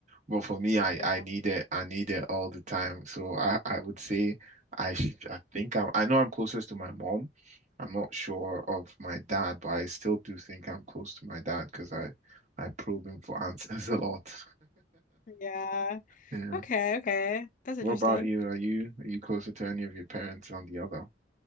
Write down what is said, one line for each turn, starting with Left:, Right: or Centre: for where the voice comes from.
Right: But for me, I
Left: yeah,
Right: I need it. I need it all the time. So I I would say I should, I think I'm I know I'm closest to my mom. I'm not sure of my dad, but I still do think I'm close to my dad because I I probe him for answers <laughs> a lot.
Left: yeah.
Right: Yeah.
Left: Okay, okay. That's interesting.
Right: What about you? Are you are you closer to any of your parents than the other?